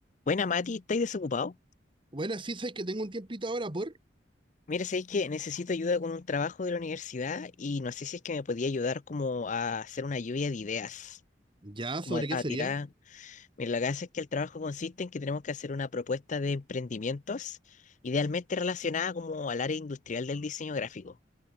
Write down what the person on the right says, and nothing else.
Bueno, sí, sabes que tengo un tiempito ahora por.
Ya,
¿sobre
qué
sería?